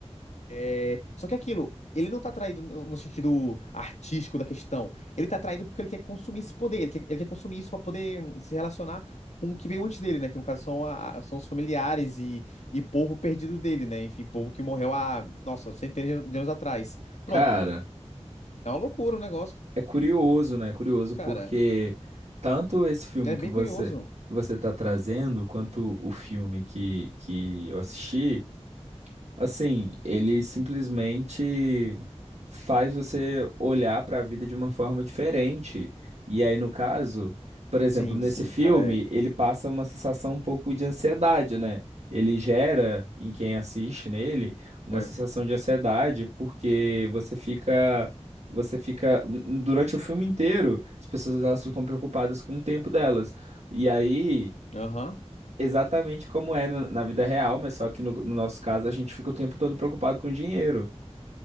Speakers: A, on the left; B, on the right.
A: É, Só que aquilo, ele não tá traído no no sentido artístico da questão. Ele tá traído porque ele quer consumir esse poder, ele quer, ele quer consumir isso pra poder hum, se relacionar com o que veio antes dele, né? Que no caso são, a- são os familiares e, e povo perdido dele, né? Enfim, povo que morreu há, nossa, centenas de anos atrás. Pronto.
B: Cara.
A: É uma loucura o negócio,
B: É curioso, né? É curioso
A: cara.
B: porque tanto esse filme
A: É
B: que
A: bem
B: você
A: curioso.
B: que você está trazendo, quanto o filme que, que eu assisti, Assim, ele simplesmente faz você olhar para a vida de uma forma diferente. E aí, no caso, por exemplo,
A: Sim,
B: nesse
A: sim,
B: filme,
A: cara, é.
B: ele passa uma sensação um pouco de ansiedade, né? Ele gera em quem assiste nele uma
A: É.
B: sensação de ansiedade, porque você fica, você fica durante o filme inteiro, as pessoas elas ficam preocupadas com o tempo delas. E aí
A: Aham.
B: exatamente como é na na vida real, mas só que no, no nosso caso a gente fica o tempo todo preocupado com dinheiro.